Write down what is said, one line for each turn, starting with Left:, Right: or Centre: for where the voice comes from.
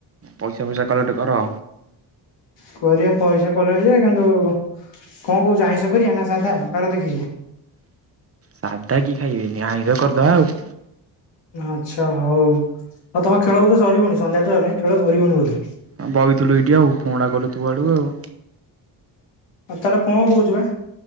Right: ପଇସା ଫଇସା କଲେକ୍ଟ କର।
Left: କରିବା ପଇସା କଲେକ୍ଟ ଯେ କିନ୍ତୁ କଣ କହୁଚୁ ଆଇଁଷ କରିବା ନା ସାଧା ବାର ଦେଖିକି?
Right: ସାଧା କିଏ ଖାଇବେନି ଆଇଁଷ କରିଦବା ଆଉ।
Left: ଆଚ୍ଛା ହୋଉ ଆଉ ତମ ଖେଳ ବୋଧେ ସରିବଣି ସନ୍ଧ୍ୟା ତ ହେଲାଣିି ଖେଳ ସରିବଣି ବୋଧେ।
Right: ଆମେ ବଇଥିଲୁ ଏଇଠି ଆଉ ଫୋନଟା କଲୁ ତୋଆଡୁ ଆଉ।
Left: ଆଉ ତାହେଲେ କଣ କୋହୁଚୁ ବା